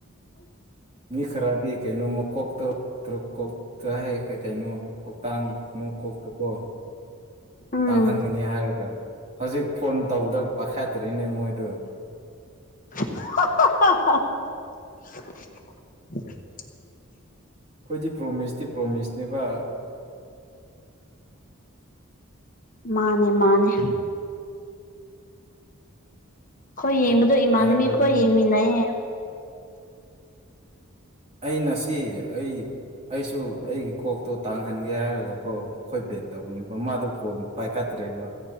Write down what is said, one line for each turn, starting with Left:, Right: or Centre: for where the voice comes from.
Right: ꯃꯤ ꯈꯔꯗꯤ ꯀꯩꯩꯅꯣ ꯃ ꯀꯣꯛꯇꯣ ꯇ꯭ꯔꯨꯛ ꯀꯣꯛꯇ ꯍꯦꯛ ꯀꯩ ꯀꯩꯅꯣ ꯀꯣꯛꯇꯥꯡ ꯑꯃꯨꯛ ꯀꯣꯛꯇꯨꯀꯣ
Left: ꯎꯝ
Right: ꯇꯥꯡꯍꯟꯒꯅꯤ ꯍꯥꯏꯔꯒ ꯍꯧꯖꯤꯛ ꯐꯣꯟ ꯇꯧꯕꯗ ꯄꯥꯈꯥꯏꯠꯇ꯭ꯔꯤꯅꯦ ꯃꯣꯏꯗꯨ
Left: <unintelligible>
Right: ꯑꯩꯈꯣꯏꯗꯤ ꯄ꯭ꯔꯣꯃꯤꯁꯇꯤ ꯄ꯭ꯔꯣꯃꯤꯁꯅꯦꯕ
Left: ꯃꯥꯅꯦ ꯃꯥꯅꯦ ꯈꯣꯏ
Right: ꯑꯩ
Left: ꯌꯦꯡꯕꯗꯨ ꯏꯃꯥꯟꯅꯕꯤ
Right: ꯍꯥꯏꯈ꯭ꯔꯕꯅꯦ
Left: ꯈꯣꯏ ꯌꯦꯡꯃꯤꯟꯅꯌꯦ
Right: ꯑꯩꯅꯁꯤ ꯑꯩ ꯑꯩꯁꯨ ꯑꯩꯒꯤ ꯀꯣꯛꯇꯣ ꯇꯥꯡꯍꯟꯒꯦ ꯍꯥꯏꯔꯒꯀꯣ ꯑꯈꯣꯏ ꯕꯦꯠ ꯇꯧꯕꯅꯦꯕ ꯃꯥꯗꯣ ꯀꯣꯜ ꯄꯥꯏꯈꯠ ꯇ꯭ꯔꯦꯕ